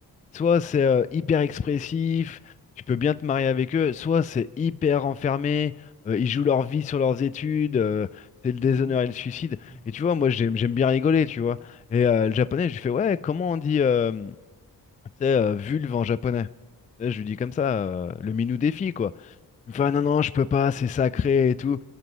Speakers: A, on the left (about 20°); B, on the right (about 75°).
A: Soit c'est euh, hyper expressif, tu peux bien te marier avec eux, soit c'est hyper enfermé, euh, ils jouent leur vie sur leurs études, euh, c'est le déshonneur
B: Mhm,
A: et le suicide.
B: mhm,
A: Et tu vois, moi j'aime j'aime bien rigoler, tu vois. Et euh, le japonais, je lui fais, ouais, comment on dit euh, tu sais, euh, vulve en japonais? Et je lui dis comme ça, euh, le minou défi, quoi. Il me fait,
B: mhm.
A: ah non, non, je peux pas, c'est sacré et tout.